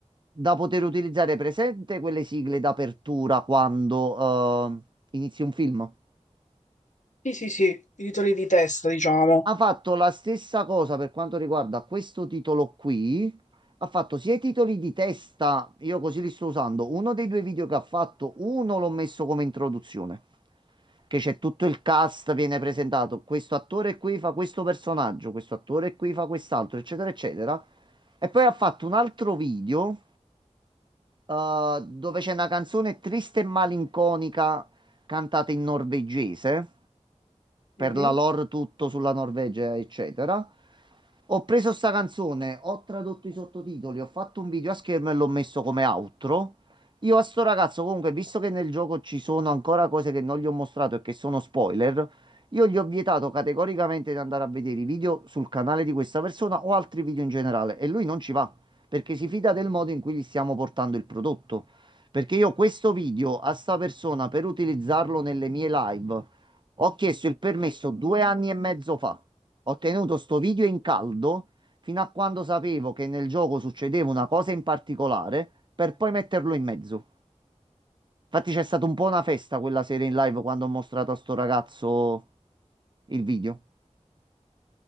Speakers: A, on the right (about 40°); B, on the left (about 80°).
A: da poter utilizzare presente quelle sigle d'apertura quando eh, inizi un film.
B: Sì, sì, sì, i titoli di testa, diciamo.
A: Ha fatto la stessa cosa per quanto riguarda questo titolo qui. Ha fatto sia i titoli di testa, io così li sto usando. Uno dei due video che ha fatto, uno l'ho messo come introduzione, che c'è tutto il cast, viene presentato. Questo attore qui fa questo personaggio, questo attore qui fa quest'altro, eccetera, eccetera. E poi ha fatto un altro video, eh, dove c'è una canzone triste e malinconica cantata in norvegese per
B: Mhm.
A: la lore tutto sulla Norvegia, eccetera. Ho preso sta canzone, ho tradotto i sottotitoli, ho fatto un video a schermo e l'ho messo come outro. Io a sto ragazzo, comunque, visto che nel gioco ci sono ancora cose che non gli ho mostrato e che sono spoiler, io gli ho vietato categoricamente di andare a vedere i video sul canale di questa persona o altri video in generale e lui non ci va perché si fida del modo in cui gli stiamo portando il prodotto. Perché io questo video a sta persona per utilizzarlo nelle mie live ho chiesto il permesso due anni e mezzo fa. Ho tenuto sto video in caldo fino a quando sapevo che nel gioco succedeva una cosa in particolare per poi metterlo in mezzo. Infatti c'è stata un po' una festa quella sera in live quando ho mostrato a sto ragazzo il video.